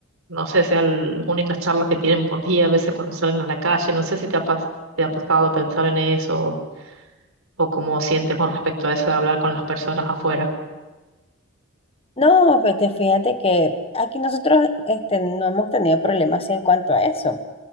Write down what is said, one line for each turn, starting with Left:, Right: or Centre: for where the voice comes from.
Right: no sé, sean las únicas charlas que tienen por día, a veces cuando salen a la calle, no sé si te ha, pas- te ha pasado pensar en eso o cómo sientes con respecto a eso de hablar con las personas afuera.
Left: No, este, fíjate que aquí nosotros este, no hemos tenido problemas en cuanto a eso.